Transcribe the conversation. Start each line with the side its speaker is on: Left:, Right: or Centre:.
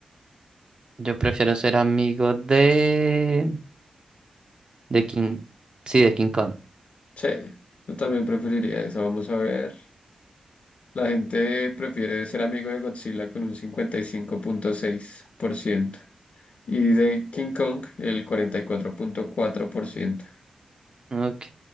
Right: Yo prefiero ser amigo de... de King... Sí, de King Kong.
Left: Sí, yo también preferiría esa. Vamos a ver. La gente prefiere ser amigo de Godzilla con un cincuenta y cinco punto seis por ciento y de King Kong el cuarenta y cuatro cuatro punto cuatro por ciento.
Right: Ok,